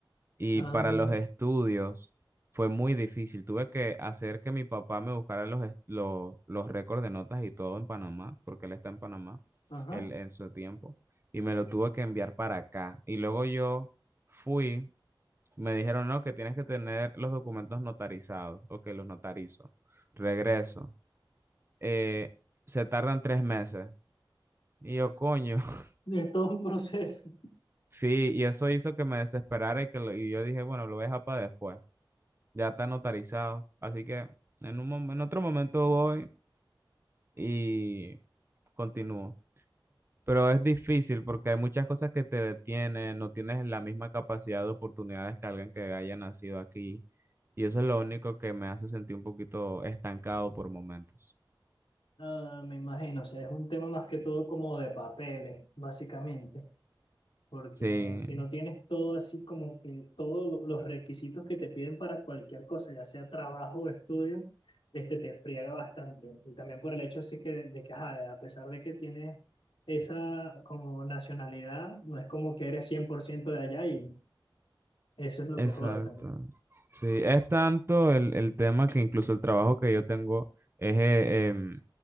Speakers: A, on the right; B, on the left.
A: Y
B: ah,
A: para los estudios fue muy difícil. Tuve que hacer que mi papá me buscara los, est- lo- los, récords de notas y todo en Panamá, porque él está en Panamá,
B: ajá.
A: él en su tiempo, y me lo tuvo que enviar para acá. Y luego yo fui, me dijeron, no, que tienes que tener los documentos notarizados, o que los notarizo. Regreso. Eh, se tardan tres meses. Y yo, coño, <laughs>
B: Es todo un proceso.
A: sí, y eso hizo que me desesperara y, que lo- y yo dije, bueno, lo voy a dejar para después. ya está notarizado. Así que en un mom- en otro momento voy y continúo. Pero es difícil porque hay muchas cosas que te detienen, no tienes la misma capacidad de oportunidades que alguien que haya nacido aquí. Y eso es lo único que me hace sentir un poquito estancado por momentos.
B: Ah, me imagino, o sea, es un tema más que todo como de papeles, básicamente, porque
A: Sí,
B: si no tienes todo así como que todos lo- los requisitos que te piden para cualquier cosa, ya sea trabajo o estudio, este te friega bastante. Y también por el hecho sí que de que, ajá, a pesar de que tienes esa como nacionalidad, no es como que eres 100% de allá y eso es lo
A: Exacto.
B: que jode también.
A: Sí, es tanto el, el tema que incluso el trabajo que yo tengo es, eh, em,